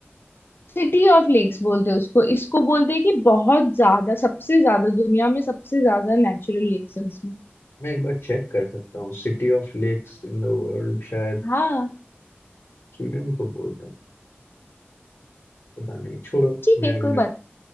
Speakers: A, on the left; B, on the left.
A: City of lakes बोलते हैं उसको इसको बोलते हैं कि बहुत ज्यादा सबसे ज्यादा दुनिया में सबसे ज्यादा नेचुरल लेक्स है उसमें
B: मैं एक बार चेक कर सकता हूँ city of lakes in the world शायद
A: हाँ
B: स्वीडन को बोलते हैं पता नहीं छोड़ो
A: ठीक
B: मैं,
A: है
B: मैं
A: कोई बात